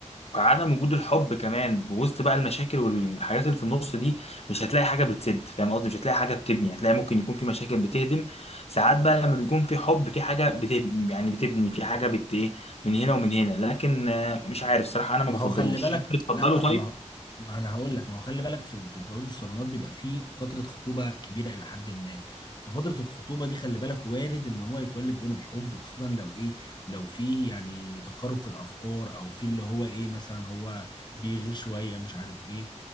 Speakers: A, on the left; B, on the left.
A: فعدم وجود الحب كمان بوسط بقى المشاكل والحاجات اللي في النص دي مش هتلاقي حاجه بتسد فاهم قصدي مش هتلاقي حاجه بتبني هتلاقي ممكن يكون في مشاكل بتهدم ساعات بقى لما بيكون في حب في حاجه بت... يعني بتبني في حاجه بت ايه من هنا ومن هنا لكن آه، مش عارف صراحه انا ما
B: ما
A: بفضلوش
B: هو خلي بالك
A: انت بتفضله
B: لا
A: طيب
B: ما هو ما انا هقول لك ما هو خلي بالك في ال- في الجواز الصالونات بيبقى فيه فتره خطوبه كبيره الى حد ما ففتره الخطوبه دي خلي بالك وارد ان هو يتولد بينهم حب خصوصا لو ايه لو فيه يعني تقارب في الافكار او في اللي هو ايه مثلا هو بيغير شويه مش عارف ايه